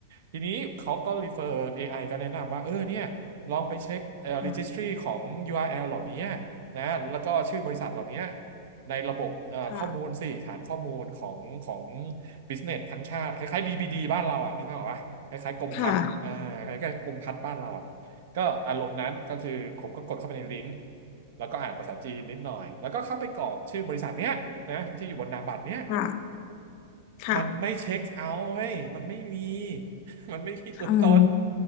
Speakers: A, on the right (about 65°); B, on the left (about 50°).
A: ทีนี้เขาก็ refer AI ก็แนะนำว่าเออเนี่ยลองไปเช็คเอ่อ
B: ค่ะ
A: Registry ของ URL เหล่านี้นะแล้วก็ชื่อบริษัทเหล่านี้ในระบบเอ่อข้อมูลสิฐานข้อมูลของของ
B: ค่ะ
A: Business ทั้งชาติคล้ายๆ DBD บดีบ้านเราอ่ะนึกภาพออกปะคล้ายๆกรมพัฒน์อ่าคล้ายๆกรมพัฒน์บ้านเราอ่ะ
B: ค่ะ
A: ก็อารมณ์นั้นก็คือผมก็กดเข้าไปในลิงก์แล้วก็อ่านภาษาจีนนิดหน่อยแล้วก็เข้าไปกรอกชื่อบริษัทเนี้ยนะที่อยู่บนนามบัตรเนี้ย
B: ค่ะค่ะ
A: มันไม่เช็คเอาท์เว้ยมันไม่มี <laughs> มันไม่มีตัวตน
B: อืม